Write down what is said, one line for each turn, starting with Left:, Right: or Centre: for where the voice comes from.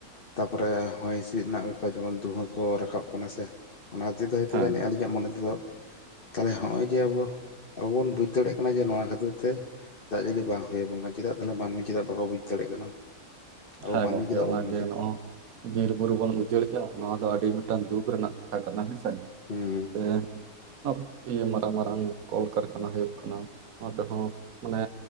Left: ᱛᱟᱯᱚᱨᱮ ᱦᱚᱭ ᱦᱤᱥᱤᱫ ᱨᱮᱱᱟᱜ ᱵᱮᱯᱟᱨ ᱡᱮᱢᱚᱱ ᱫᱩᱦᱟᱹ ᱠᱚ ᱨᱟᱠᱟᱵ ᱠᱟᱱᱟ ᱥᱮ ᱚᱱᱟ ᱛᱮ ᱫᱚ ᱦᱚᱛᱮ
Right: ᱦᱮᱸ
Left: ᱟᱹᱞᱤᱧ ᱤᱧᱟᱹᱜ ᱢᱚᱱᱮ ᱛᱮᱫᱚ ᱛᱟᱦᱚᱞᱮ ᱦᱚᱜ-ᱚᱭ ᱡᱮ ᱟᱵᱚ ᱟᱵᱚ ᱵᱚᱱ ᱵᱩᱡᱽ ᱫᱟᱲᱮᱭᱟᱜ ᱠᱟᱱᱟ ᱡᱮ ᱱᱚᱣᱟ ᱠᱷᱟᱹᱛᱤᱨ ᱛᱮ ᱫᱟᱜ ᱡᱟᱹᱲᱤ ᱵᱟᱝ ᱦᱩᱭ ᱟᱵᱚᱱ ᱠᱟᱱᱟ ᱪᱮᱫᱟᱜ ᱛᱟᱦᱞᱮ ᱢᱟᱹᱱᱢᱤ ᱪᱮᱫᱟᱜ ᱵᱟᱠᱚ ᱵᱩᱡᱽ ᱫᱟᱲᱮᱭᱟᱜ ᱠᱟᱱᱟ᱾ ᱟᱵᱚ
Right: ᱦᱮᱸ
Left: ᱢᱟᱹᱱᱢᱤ
Right: ᱜᱚᱝᱠᱮ
Left: ᱪᱮᱫᱟᱜ
Right: ᱚᱱᱟᱜᱮ
Left: ᱵᱟᱵᱚᱱ ᱵᱩᱡᱽ ᱮᱫᱟ
Right: ᱱᱚᱜ-ᱚ ᱵᱤᱨᱵᱩᱨᱩ ᱵᱚᱱ ᱩᱡᱟᱹᱲ ᱫᱟ ᱱᱚᱣᱟ ᱫᱚ ᱟᱹᱰᱤ ᱢᱤᱫᱴᱟᱝ ᱫᱩᱠ ᱨᱮᱱᱟᱜ ᱠᱟᱛᱷᱟ ᱠᱟᱱᱟ ᱦᱮᱸᱥᱮ᱾
Left: ᱦᱩᱸ,
Right: <unintelligible> ᱤᱭᱟᱹ ᱢᱟᱨᱟᱝ ᱢᱟᱨᱟᱝ ᱠᱚᱞᱠᱟᱨᱠᱷᱟᱱᱟ ᱦᱩᱭᱩᱜ ᱠᱟᱱᱟ ᱚᱱᱟ ᱛᱮᱦᱚᱸ ᱢᱟᱱᱮ,